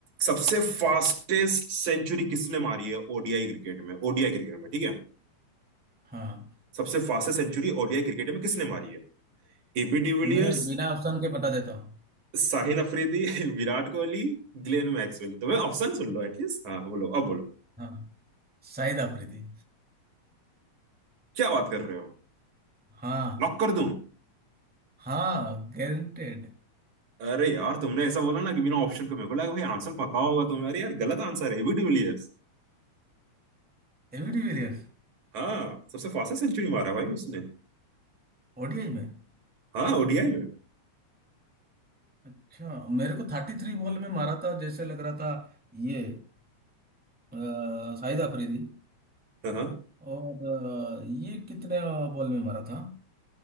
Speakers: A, on the right (about 80°); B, in the centre.
A: सबसे फास्टेस्ट सेंचुरी किसने मारी है ओडीआई क्रिकेट में ओडीआई क्रिकेट में ठीक है
B: हाँ
A: सबसे फास्टेस्ट सेंचुरी ओडीआई क्रिकेट में किसने मारी है AB de Villiers
B: मैं बिना ऑप्शन के बता देता हूँ
A: Sahil Afridi Virat Kohli Glenn Maxwell <laughs> तो मैं ऑप्शन सुन लो एटलीस्ट हाँ बोलो अब बोलो
B: हाँ शाहिद आफरीदी
A: क्या बात कर रहे हो
B: हाँ
A: लॉक कर दूं
B: हाँ गारंटेड
A: अरे यार तुमने ऐसा बोला ना कि बिना ऑप्शन को मेरे को लगा भाई आंसर पता होगा तुम्हें अरे यार गलत आंसर है एबी डिविलियर्स
B: AB de Villiers
A: हाँ सबसे फास्टेस्ट सेंचुरी मारा है भाई उसने
B: ओडीआई में
A: हाँ ओडीआई में
B: अच्छा मेरे को थर्टी थ्री बॉल में मारा था जैसे लग रहा था ये अ, शाहिद अफरीदी
A: हाँ हाँ।
B: और अ, ये कितने बॉल में मारा था